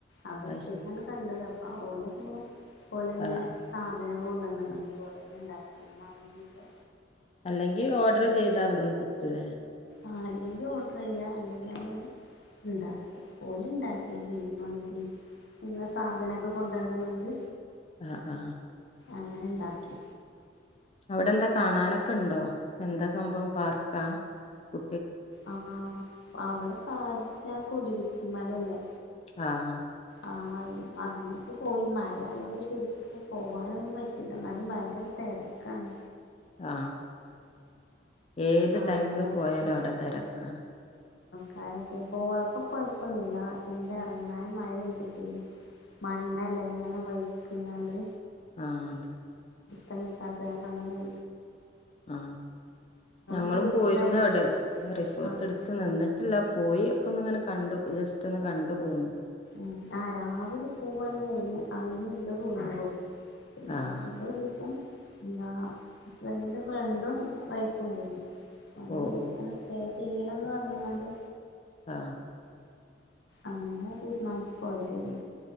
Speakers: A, on the left; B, on the left.
A: അവിടെ
B: അത്
A: എത്തിപണ്
B: ശരി
A: കണ്ടത് അ ആ ഒലക്കേങ്ങനെ പോലെന്നെ
B: ആഹ് ആഹ്
A: സാധ <unintelligible> കൊണ്ടന്ന്ങ്ങാണ്ട് ഓലെന്നെ ണ്ടാക്കി മന്തി ഒക്കെ
B: അല്ലെങ്കി ഓർഡർ ചെയ്താ അവ്ട്ന്ന് ക് ലേ
A: ആ അല്ലെങ്കി ഓർഡറെയ്യാ അല്ലെങ്കി മ്മള് ണ്ടാക്ക ഓല് ഇണ്ടാക്കിയത് മന്തി നിങ്ങെ സാധനൊക്കെ കൊണ്ടന്ന്ണ്. ന്ത്
B: അ ആ
A: അങ്ങന ണ്ടാക്കി.
B: അവിടെ ന്താ കാണാനൊ ക്കണ്ടോ എന്താ സംഭവം പാർക്ക കു
A: ആഹ അ അവടെ ആ അതാ കൊടികുത്തി മലല്ലേ.
B: ആഹ
A: ആ അതിനൊക്ക പോയി മഴ ആയൊണ്ട് ശരിക്കും പോവാനൊന്നും പറ്റില്ല ന്നാലും ഭയങ്കര തെരക്കാണ്.
B: ആ ഏത്
A: ആൾക്കാരൊക്കെ
B: ടൈമില് പോയാലും അവ്ടെ തെരക്കാണ്.
A: കാലൊക്കെ പോഴപ്പം കൊഴപ്പൊന്നില്ല ക്ഷെ ങ്ങട്ട് എറങ്ങാൻ മഴ പെയ്തിട്ടെ മണ്ണല്ലെങ്ങനെ വൈ കയിഞ്ഞാണ്ട്
B: ആ അത
A: തന്നെത്താത്തേ അങ്ങനെയ്
B: ആ ഞങ്ങളും
A: ജീപ്പിലാ
B: പോയിരുന്നവ്ടെ
A: പോയിരുന്നത്
B: റിസോർട്ട്
A: ആഹ്
B: ട്ത്ത് നിന്നിട്ടില്ല പോ പോയ്യോ ഒകൊന്ന്ങ്ങനെ കണ്ടു ജസ്റ്റ് ഒന്ന് കണ്ടു പോന്ന്
A: മ് ആ രാവിലെ പോവ്വാണെങ്കിന്നെ അഴഞ്ഞി <unintelligible> <unintelligible>
B: ആഹ്
A: ഒരൂസം ന്താ എന്റെ ഫ്രണ്ടും വൈഫുംണ്ടേനി. ഞങ്ങൾ
B: ഓ
A: <unintelligible>
B: ഓ
A: ചെയ്യണന്ന് പറഞ്ഞ്ങ്ങാണ്ട്
B: ആ
A: അങ്ങനെ പി മഞ്ച് പോയ്തേനു.